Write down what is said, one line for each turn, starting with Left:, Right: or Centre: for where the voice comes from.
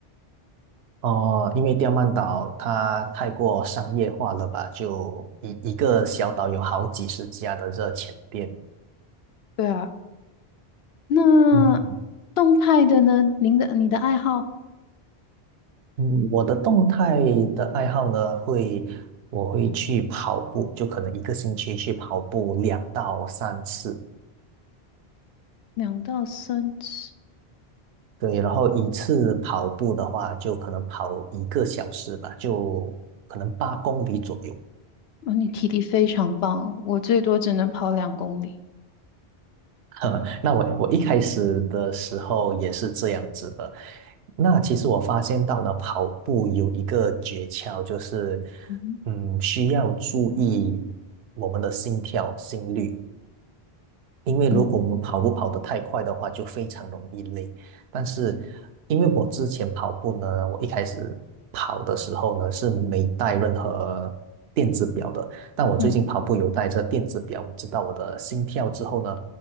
Right: 哦，因为刁曼岛它太过商业化了吧，就一一个小岛有好几十家的热钱店。
Left: 对啊，那
Right: 嗯
Left: 动态的呢？您的你的爱好
Right: 嗯，我的动态的爱好呢，会我会去跑步，就可能一个星期去跑步两到三次。
Left: 两到三次，
Right: 对，然后一次跑步的话，就可能跑一个小时吧，就可能八公里左右。
Left: 哦，你体力非常棒，我最多只能跑两公里。
Right: <laughs> 呵，那我我一开始的时候也是这样子的。那其实我发现到呢，跑步有一个诀窍，就是
Left: 嗯
Right: 嗯，需要注意我们的心跳、心率。因为如果我们跑步跑得太快的话，
Left: 嗯
Right: 就非常容易累。但是因为我之前跑步呢，我一开始跑的时候呢是没带任何电子表的，但我最近跑步有带着电子表，
Left: 嗯，
Right: 我知道我的心跳之后呢，